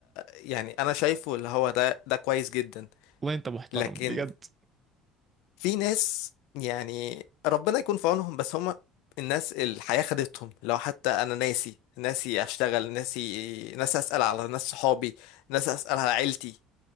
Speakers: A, on the left; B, on the right.
A: يعني انا شايفه اللي هو ده ده كويس جدا
B: والله انت محترم
A: لكن
B: بجد
A: في ناس يعني ربنا يكون في عونهم بس هم الناس الحياة خدتهم لو حتى أنا ناسي ناسي أشتغل ناسي ناسي أسأل على ناس صحابي ناسي أسأل على عيلتي